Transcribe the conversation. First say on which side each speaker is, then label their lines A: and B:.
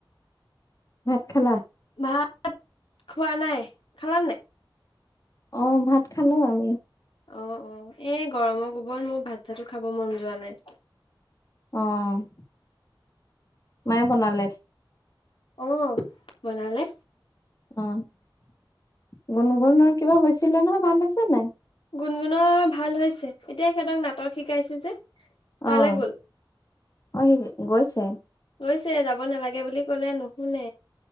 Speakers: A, on the left; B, on the left.
A: ভাত খালা?
B: ভাত খোৱা নাই, খালা নে নাই?
A: অ' ভাত খালো আমি।
B: অ' অ' এই গৰমৰ কোবত মোৰ ভাত-চাতো খাব মন যোৱা নাই।
A: অহ' মায়ে বনালে।
B: অ' বনালে।
A: অ' গুণগুণৰ কিবা হৈছিলে নহয় ভাল হৈছে নে নাই।
B: গুণগুণৰ ভাল হৈছে, এতিয়া সিহঁতক নাটক শিকাইছে যে। তালৈ
A: অ',
B: গ'ল
A: অ', সি গৈছে।
B: <unintelligible> যাব নালাগে বুলি ক'লে নুশুনে,